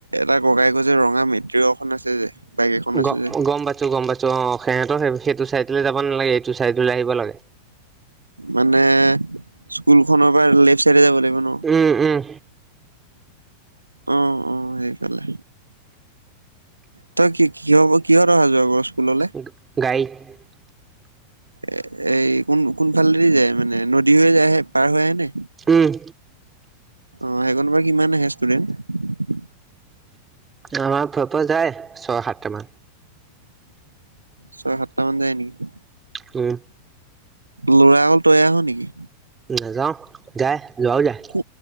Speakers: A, on the right; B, on the right.
A: তাৰ ককাইকৰ এখন ৰঙা মেইট্ৰ' এখন আছে যে। বাইক এখন আছে
B: গ-গম
A: যে
B: পাইছোঁ গম পাইছোঁ। অ', অ' সিহঁতৰ সেইটো চাইডলৈ যাব যাব নালাগে এইটো চাইডলে আহিব লাগে।
A: মানে স্কুলখনৰ পৰা লেফট চাইডে যাব লাগিব? ন
B: উম, উম।
A: অ', অ' সেইফালে। তই কি কি হ'ব কিহত অহা যোৱা স্কুললে
B: গাৰিত।
A: কৰ? এ-এই কোন-কোনফালেদি যায় মানে, নদী হৈ যায়ে পাৰ হৈ আহে নে?
B: উম,
A: অ', হেইকনৰ পৰা কিমান আহে ষ্টুডেণ্ট?
B: আমাৰ ফা-ফালৰ পৰা যায় ছয় সাতটামান।
A: ছয় সাতটা মান যায় নেকি?
B: উম,
A: লৰা অকল তইয়ে আহ' নেকি?
B: নাযাওঁ, যায় লৰাও যায়।
A: কো